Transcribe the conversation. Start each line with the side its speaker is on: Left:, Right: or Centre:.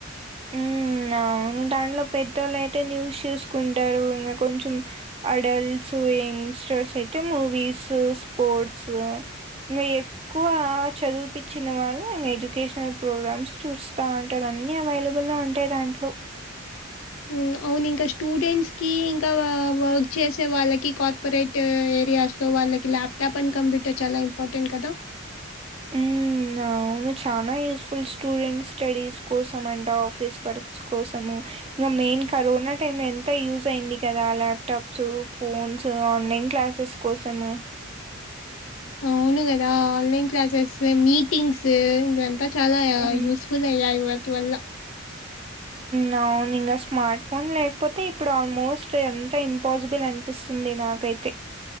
Right: ఊమ్ అవును దాంట్లో పెద్దొళ్ళుయితే న్యూస్ చూసుకుంటరు ఇంగ కొంచం అడల్ట్స్ యంగ్ స్టోర్స్ అయితే మూవీస్ స్పోర్ట్స్ య్యే ఎక్కువ చదివుపిచ్చున్న వాళ్ళు ఇంగ ఎడ్యుకేషనల్ ప్రోగ్రామ్స్ చూస్తా ఉంటరు అన్ని అవైల బ్బుల్లో ఉంటై దాంట్లో
Left: హుమ్ అవునింకా స్టూడెంట్స్ కి ఇంకావ వర్క్ చేసే వాళ్ళకి కార్పరేట్ ట్ ఏరియాస్ లో వాళ్ళకి ల్యాప్టాప్ అని కంప్యూటర్ చాలా ఇంపార్టెంట్ కదా
Right: హ్మ్. అవును చానా యూస్ఫుల్ స్టూడెంట్ స్టడీస్ కోసమంట ఆఫీస్ వర్క్స్ కోసము ఇంగ మేన్ కరోనా టైమ్ లో ఎంత యూజ్ అయింది కదా ల్యాప్టాప్స్ ఫోన్స్ ఆన్లైన్ క్లాసెస్ కోసము
Left: అవును కదా ఆన్లైన్ క్లాసెస్ మీటింగ్స్ ఇంకంతా చాలా
Right: హ్మ్.
Left: యూస్ ఫుల్ అయ్యాయి వాటి వల్ల
Right: నౌన్ ఇంగ స్మార్ట్ ఫోన్ లేకపోతే ఇప్పుడు ఆల్మోస్ట్ ఎంత ఇంపాసిబుల్ అనిపిస్తుంది నాకైతే